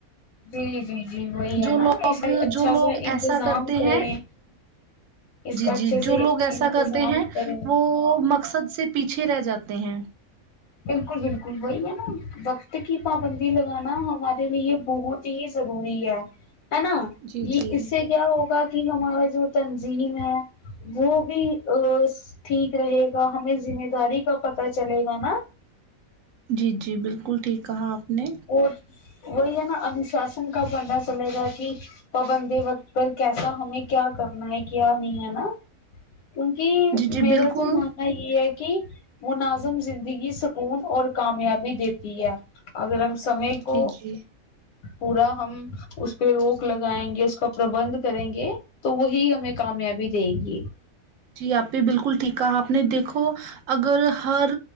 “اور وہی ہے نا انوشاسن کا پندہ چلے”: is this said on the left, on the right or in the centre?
Left